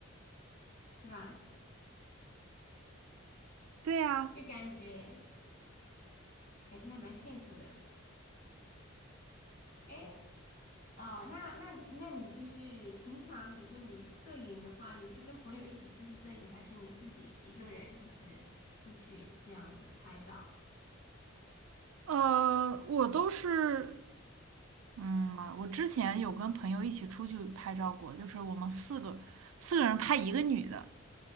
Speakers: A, on the left; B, on the right.
A: 是吧？
B: 对呀，
A: 就感觉感觉还蛮幸福的。诶，哦，那那那你就是平常，比如说你摄影的话，你是跟朋友一起出去摄影，还是你自己一个人就是出去这样子拍照？
B: 呃，我都是，嗯，我之前有跟朋友一起出去拍照过，就是我们四个四个人拍一个女的，